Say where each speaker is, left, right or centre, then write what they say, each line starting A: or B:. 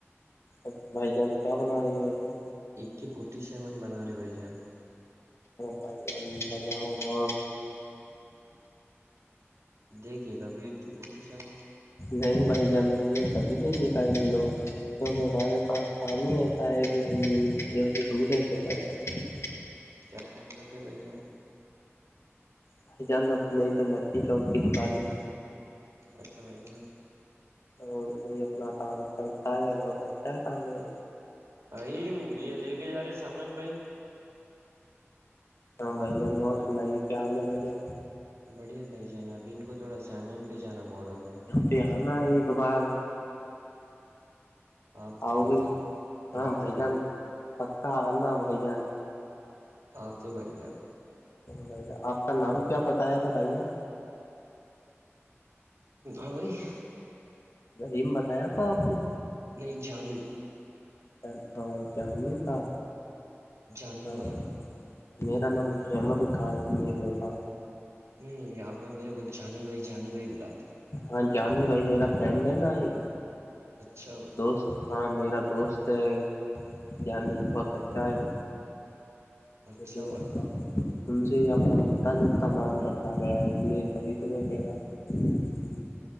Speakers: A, on the left; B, on the right.
A: اچھا بھائی جان کیا بنا رہی ہے بھائی جان
B: ایک کے فورٹی سیون بنا رہے بھائی جان
A: بج ہو
B: دیکھے گابھی ایک کی فٹی سے ہم
A: نہیں بھائی جان نے کبھی نہیں دیکھا یہ لوگ کیونکہ ہمارے پاس کام ہی ایتا ہے کہ ہم نوں سے دور رہتے بھائی جان
B: کیا کام کرتے بھائی جان
A: بھائی جان اپ نہیں تو مچی شاپ کی دکان ہے
B: اچھا بھائی ہاں
A: ادھر ہی اپنا کام چلتا ہے بہت اچھا ہے کام ہے
B: ای یہ لے کے جا رہے سامان بھائی
A: ہاں بھائی جان اور سنائیے کیا حال ہے بھائی جان
B: بڑھیا بھائی جانا ابھی ان کو تھوڑا سامان بھیہ جانا بارڈر پہ
A: رحانہ ایک بار
B: آتے
A: آؤ
B: بھائی
A: گے
B: جان آتے
A: ہاں
B: آتے
A: بھائی جان پکا آنا بھائی جان
B: ہاںتے بھ ج
A: بھائی جان آپ کا نام کیا بتایا تھا بھائی جان
B: ابائی
A: ریم بتایا تھا آپ نے
B: نہیں جانی
A: جان ہاں جان نہیں تھا
B: جانی بھائی
A: م میرا نام حمد تھا اس لیے بول رہا ہ
B: نہیں یہاں پہ میرے کو جنی بھائی ج بھائی بلاتے ہیں
A: ہاں جانی بھائی میرا فرینڈ ہے نا ایک
B: اچھا بھائی
A: دوست ہاں میرا دوست ہے جنی بہت اچھا ہے
B: اچھا
A: ج
B: بھائی
A: ہاں ت سے یہ اپ متا جت کا نام رکھا گیا اس لیے کبھی تمہیں کہہ رہا تھا ہوں